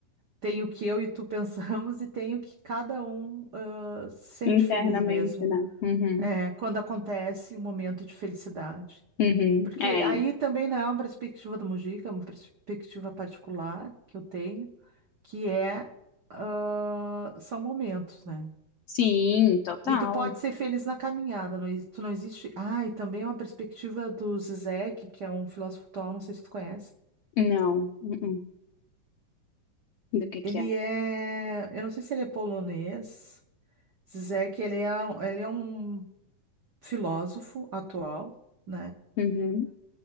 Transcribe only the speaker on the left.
internamente,
né? Uhum,
uhum,
é,
sim, total.
Não, uh-uh, Do que
que é?
Uhum.